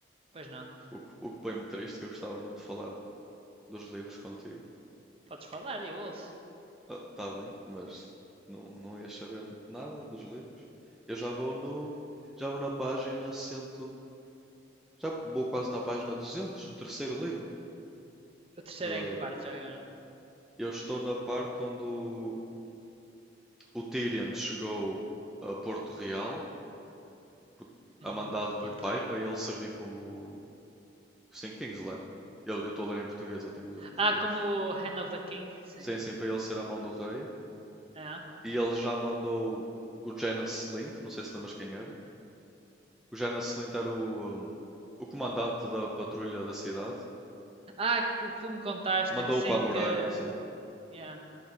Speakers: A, on the right; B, in the centre.
A: Pois não.
B: O que, o que põe-me triste, que eu gostava muito de falar dos livros contigo.
A: Podes falar, eu ouço.
B: Está bem, mas não, não ias saber nada dos livros. Eu já vou no, já vou na página 100, já vou quase na página 200 do terceiro livro.
A: O terceiro
B: De,
A: é em que parte já agora?
B: eu estou na parte onde o O Tyrion chegou a Porto Real por-
A: Hum,
B: a mandado
A: Porto
B: do pai
A: Real.
B: para ele servir como. Sim, King's Landing. Ele- Eu estou a ler em português, eu tenho o livro em português.
A: Ah, como Hand of the King, sim.
B: Sim, sim, para ele ser a mão do rei.
A: Ah,
B: E ele já mandou o Janas Slint, não sei se lembras quem era. O Janas Slint era o, hum, o comandante da patrulha da cidade.
A: ah que o ah, que tu me contaste,
B: Mandou-o
A: que sim,
B: para a muralha,
A: que...
B: sim.
A: Yeah.